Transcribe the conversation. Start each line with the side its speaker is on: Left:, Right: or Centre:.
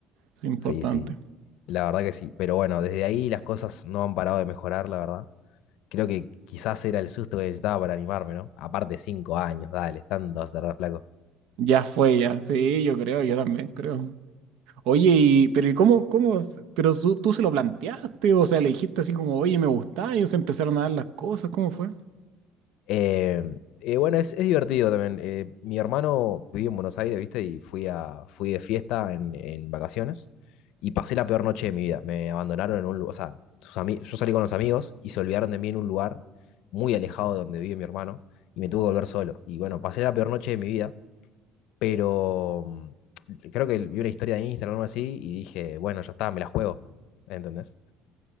Right: Es importante.
Left: Sí, sí, la verdad que sí, pero bueno, desde ahí las cosas no han parado de mejorar, la verdad. Creo que quizás era el susto que necesitaba para animarme, ¿no? Aparte, cinco años, dale, tanto vas a tardar, flaco.
Right: Ya fue, ya. Sí, yo creo, yo también creo. Oye, y, pero ¿y cómo, cómo, se- pero su- tú, se lo planteaste? O sea, le dijiste así como, oye, me gusta, y ellos empezaron a dar las cosas, ¿cómo fue?
Left: Eh, eh, bueno, es, es divertido también. Eh, mi hermano vivía en Buenos Aires, ¿viste? Y fui, a, fui de fiesta en, en vacaciones y pasé la peor noche de mi vida. Me abandonaron en un lugar, o sea, sus ami- yo salí con los amigos y se olvidaron de mí en un lugar muy alejado de donde vive mi hermano y me tuve que volver solo. Y bueno, pasé la peor noche de mi vida, pero mm, creo que vi una historia de Instagram o algo así y dije, bueno, ya está, me la juego, ¿entendés?